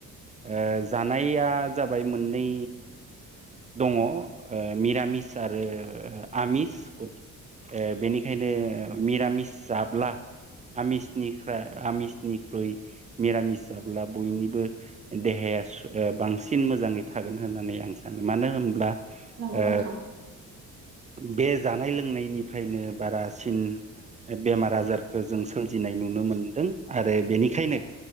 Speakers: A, on the right; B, on the right.
A: ओ जानाया जाबाय मोननै दङ ओ मिरामिस आरो आमिस ओ बेनिखायनो मिरामिस जाब्ला आमिसनिफ्रा आमिसनिख्रुइ मिरामिस जाब्ला बयनिबो देहाया सु बांसिन मोजाङै थागोन होननानै आं सानो मानो होनब्ला
B: नोंथां
A: ओ बे जानाय लोंनायनि फ्रायनो बारासिन बेमार आजारखौ जों सोमजिनाय नुनो मोनदों आरो बेनिखायनो
B: औ नंगौ